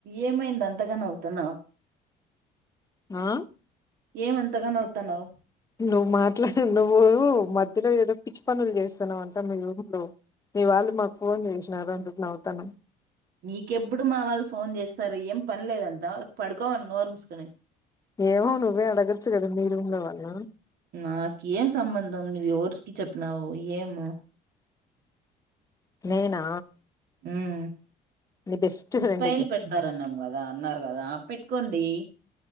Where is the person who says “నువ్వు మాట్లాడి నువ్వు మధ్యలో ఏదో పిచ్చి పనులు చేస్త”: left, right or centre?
Left